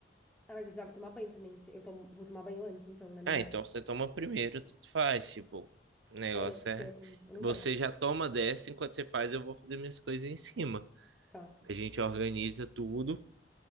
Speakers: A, in the centre; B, on the right.
A: Ah, mas eu precisava tomar banho também. se- Eu tomo- vou tomar banho antes, então, né? Melhor.
B: Ah, então você toma primeiro, tanto faz. Tipo, o negócio
A: É, não, porque
B: é.
A: eu, eu não
B: Você
A: quero. co-
B: já toma dessa, enquanto você faz, eu vou fazer minhas coisas em cima.
A: Tá.
B: A gente organiza tudo,